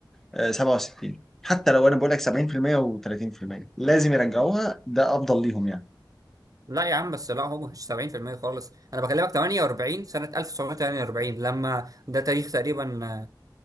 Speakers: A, in the centre; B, on the right.
A: آه، 67 حتى لو انا بقول لك 70% و30% لازم يرجعوها ده افضل ليهم يعني
B: لا يا عم بس لا هو مش 70% خالص انا بكلمك 48 سنة 1948 لما ده تاريخ تقريبا